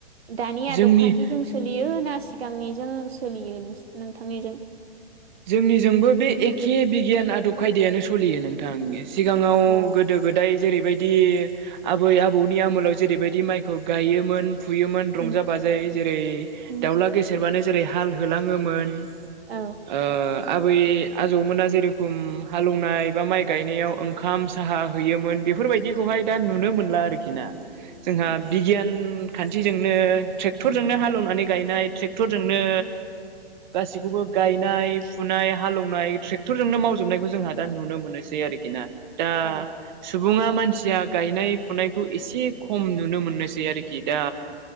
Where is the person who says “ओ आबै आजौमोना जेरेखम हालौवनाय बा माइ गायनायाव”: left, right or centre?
Right